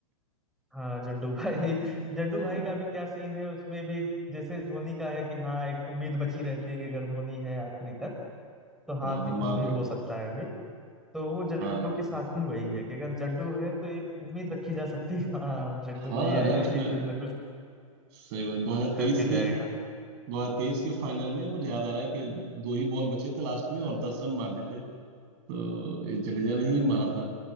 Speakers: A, in the centre; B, on the right.
A: हाँ जड्डू भाई <laughs> जड्डू
B: हाँ
A: भाई का भी क्या सीन है उसमें भी जैसे धोनी का है कि हाँ एक उम्मीद बची रहती है कि अगर धोनी है आखिरी तक तो
B: हाँ
A: हाँ कि
B: तो
A: कुछ
B: मार
A: भी
B: देगा
A: हो सकता है अभी तो वो जड्डू
B: हाँ
A: के साथ भी वही है कि अगर जड्डू है तो ये उम्मीद रखी जा सकती है हाँ जड्डू
B: हाँ
A: भाई
B: अरे
A: आया है
B: उसने
A: ये कुछ ना कुछ
B: सही बात 2023
A: करके
B: के
A: जाएगा
B: दो हजार तेईस के फाइनल में मुझे याद आ रहा है कि दो ही बॉल बचे थे लास्ट में और दस रन मारने थे तो ये जडेजा ने ही
A: हम्म।
B: मारा था